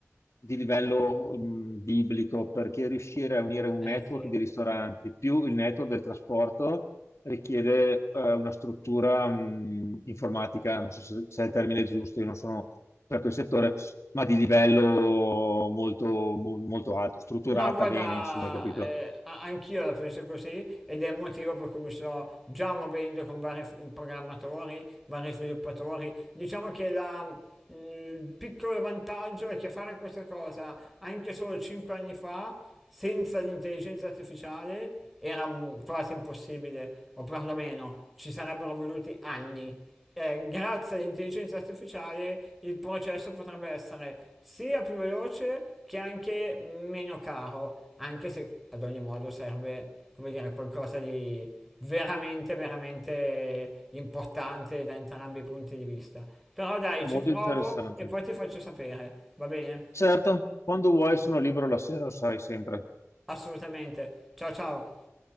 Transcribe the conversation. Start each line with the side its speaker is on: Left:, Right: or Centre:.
Left: di livello, mh, biblico, perché riuscire a unire un
Centre: eh
Left: network
Centre: sì.
Left: di ristoranti più il network del trasporto richiede eh, una struttura mh, informatica, non so se, se è il termine giusto, io non sono per quel settore, ma di livello molto, mo- molto alto, strutturata
Centre: No, guarda,
Left: bene, insomma, hai capito?
Centre: eh, a- anch'io la penso così ed è il motivo per cui mi sto già muovendo con vari f- programmatori, vari sviluppatori. Diciamo che la- mm, il piccolo vantaggio è che fare questa cosa anche solo 5 anni fa, senza l'intelligenza artificiale, era mm, quasi impossibile, o perlomeno ci sarebbero voluti anni eh, grazie all'intelligenza artificiale il processo potrebbe essere sia più veloce che anche meno caro, anche se ad ogni modo serve, come dire, qualcosa di veramente, veramente importante da entrambi i punti di vista. Però dai,
Left: È
Centre: ci
Left: molto
Centre: provo
Left: interessante.
Centre: e poi ti faccio sapere, va bene?
Left: Certo, quando vuoi sono libero la sera, lo sai sempre.
Centre: Assolutamente. Ciao ciao.